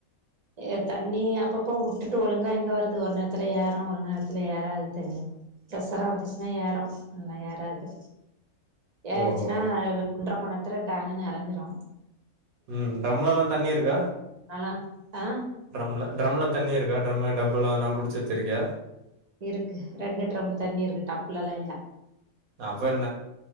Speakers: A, on the right; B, on the right.
A: எ தண்ணி அப்பப்ப வுட்டுட்டு ஒழுங்கா எங்க வருது ஒரு நேரத்துல ஏறு ஒரு நேரத்துல ஏறாது தண்ணி பிரஷரா வந்துச்சுன்னா ஏறு இல்லான்னா ஏறாது ஏறுச்சுன்னா
B: ஓஹோ!
A: ஒன்ற மண் நேரத்துல டேங்க் நெரஞ்சிரு
B: ம் டிராம்லல்லா தண்ணி இருக்கா
A: கலா ஆ
B: டிரம்ல டரம்ல தண்ணி இருக்கா டிரம்மு டாப்புலல்லா புடிச்சி வச்சிருக்கியா
A: இருக்கு ரெண்டு ட்ரம்பு தண்ணி இருக்கு டப்புல எல்லா இல்ல
B: அப்ப என்ன?